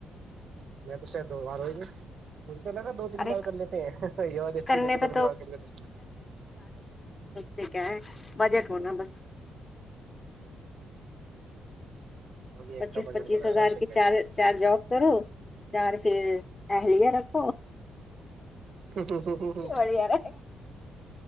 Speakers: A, on the right; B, on the left.
A: میں تو شاید دو بار ہوئی ہوں تو نہ کہ دو تین
B: ارے
A: بار کر لیتے ہیں یہ والی اچھی
B: کرنے
A: لے کے تو
B: پہ
A: اگلی بار کر لیتے
B: د کیا ہے بجٹ ہوونا بس
A: ابھی ایک
B: پچیس
A: کا بجٹ
B: پچیس
A: بنا
B: ہزار
A: رہا ہے
B: کی
A: شکر
B: چار چار جاب کرو چار ایلییا رکھ
A: ہمم ہممم ہممم
B: بڑھیا رہے